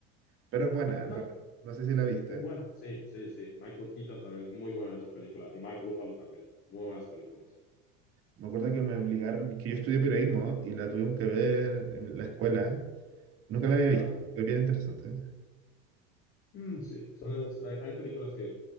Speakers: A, on the right; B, on the left.
A: Pero es buena,
B: ah,
A: es buena. No sé si la viste.
B: Es buena. Sí, sí, sí. Michael Keaton también es muy bueno en esa película. Y Mark Ruffalo también. Muy buenas películas.
A: Me acuerdo que me obligaron, que yo estudié periodismo y la tuvimos que ver en la escuela. Nunca la había visto.
B: Ah.
A: Es bien interesante.
B: Mm, sí, son esas- hay, hay películas que